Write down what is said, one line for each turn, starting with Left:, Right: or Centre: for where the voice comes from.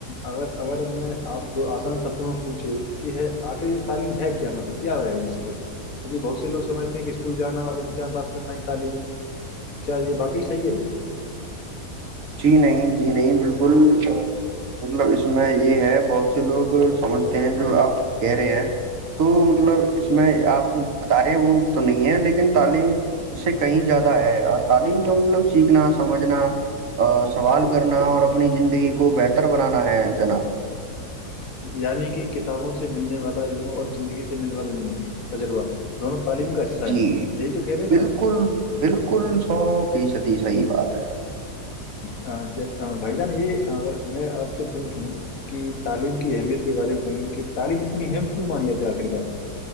Left: اگر اگر ہم نے آپ دو آسان شبدوں میں پوچھے کہ ہے آخر یہ تعلیم ہے کیا مطلب کیا ہے اس کے کیونکہ بہت سے لوگ سمجھتے ہیں کہ اسکول جانا اور امتحان پاس کرنا ہے تعلیم ہے کیا یہ باقی صحیح ہے
Right: جی نہیں جی نہیں بالکل مطلب اس میں یہ ہے بہت سے لوگ سمجھتے ہیں جو آپ کہہ رہے ہیں تو مطلب اس میں آپ بتا رہے ہیں وہ تو نہیں ہے لیکن تعلیم اس سے کہیں زیادہ ہے اور تعلیم کا مطلب سیکھنا سمجھنا سوال کرنا اور اپنی زندگی کو بہتر بنانا ہے جنا
Left: یعنی کہ کتابوں سے ملنے والا علم اور زندگی سے ملنے والا علم تجربہ دونوں تعلیم کا حصہ
Right: جی
Left: ہیں یہی تو کہہ رہے ہیں
Right: بالکل بالکل ساف سھی سدھی صحی بات ہے
Left: بھائی جان یہ اگر میں آپ سے پوچھوں کہ تعلیم کی اہمیت کے بارے میں بولوں کہ تعلیم اتنی ام کیوں مانیے آخر کار